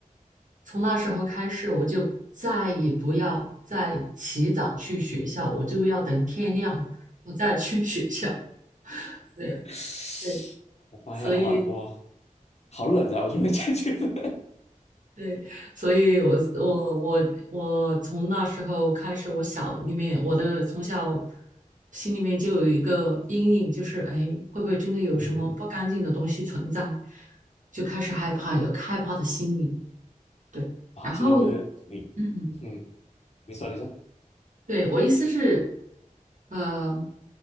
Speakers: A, on the right (about 65°); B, on the left (about 50°).
A: 从那时候开始，我就再也不要再起早去学校，我就要等天亮我再去学校。对
B: <sniffs> <sucks teeth>
A: <laughs> 对，
B: 我妈呀，
A: 所以
B: 我我好冷啊，我就会 <laughs> 这样觉得，
A: 对，所以我我我我从那时候开始，我小里面我的从小心里面就有一个阴影，就是哎，会不会真的有什么不干净的东西存在？
B: <laughs> 嗯。
A: 就开始害怕，有害怕的心理。对。
B: 哇，
A: 然后
B: 这个你，
A: 嗯，
B: 嗯，你说你说，
A: 对，我意思是，呃，